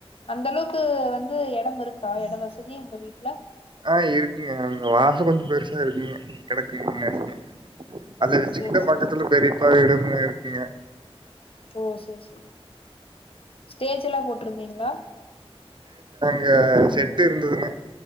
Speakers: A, on the left; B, on the right.
A: அந்த அளவுக்கு வந் எடம் இருக்கா எடம் வசதி உங்க வீட்ல
B: ஆ இருக்குங்க அங்க வாச கொஞ்சோ பெருசா இருக்குங்க கெடக்குங்க பிண்ணாடிங்க அதுல
A: சேரி
B: சின்ன
A: சேரி
B: பக்கத்துல
A: சேரி
B: பெரிப்பா வீடும் பூங்கா இருக்குங்க
A: ஓ செரி செரி ஸ்டேஜுலா போட் இப்பற்ந்தீங்களா
B: க ஷெட்டு இருந்துதுங்க